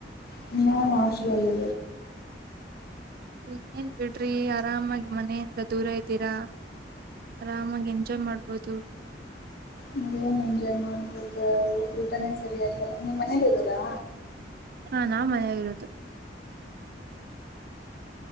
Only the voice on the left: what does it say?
ಹ್ಮ್ ಹಾಸ್ಟಲಿ
ನೀ ಏನ್ ಎಂಜಾಯ್ ಮಾಡ್ಬೋುದ ಊಟನೇ ಸರಿಯಾಗಲ್ಲ ನಿ್ ಮನೇಲಿ ಇರೋದಾ